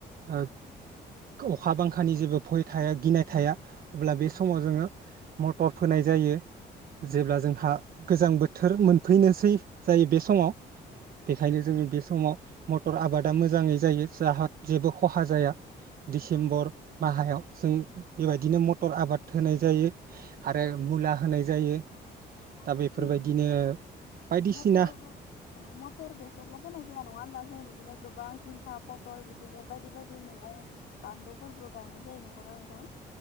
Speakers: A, on the right; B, on the left.
A: ओ अखा बांखा खानि जेबो भय
B: औ
A: थाया गिनाय थाया अब्ला बे समाव जोङो मटर फोनाय जायो।
B: औ
A: जेब्ला जोंहा गोजां बोथोर मोनफैनोसै जायो बे
B: औ
A: समाव बेखायनो
B: औ
A: जोङो बे समाव मटर आबादा मोजाङै जायो जोंहा जेबो खहा जाया
B: औ
A: डिसेम्बर
B: आरो
A: माहायाव
B: औ
A: जों
B: औ
A: बेबायदिनो मटर मटर आबाद होनाय जायो। आरो
B: औ
A: मुला होनाय जायो।
B: औ आरो
A: दा बेफोरबायदिनो
B: जोङो जुदि
A: बायदिसिना
B: मटर बेसरल' फोनाय जाया नङा होनबा जों बिदिनो गोबां जिंखा पटल बिदिनो बायदि बायदि मैगं बानलुबोफोरबो गायनाय जायो नंगौना नोंथां?